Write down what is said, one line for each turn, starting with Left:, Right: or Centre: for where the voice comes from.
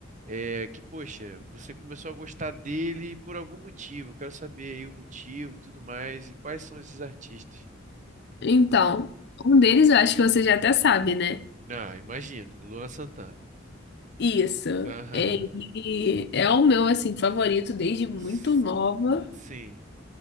Right: é, que poxa, você começou a gostar dele por algum motivo, quero saber aí o motivo, e tudo mais, e quais são esses artistas?
Left: Então, um deles eu acho que você já até sabe, né?
Right: Ah, imagino, Luan Santana.
Left: Isso.
Right: Aham.
Left: Ele é o meu, assim, favorito desde muito
Right: S-
Left: nova.
Right: Sim,